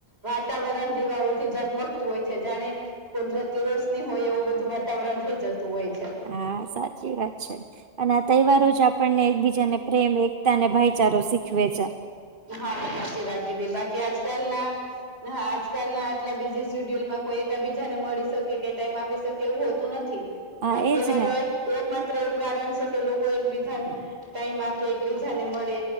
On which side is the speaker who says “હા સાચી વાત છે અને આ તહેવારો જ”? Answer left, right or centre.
Right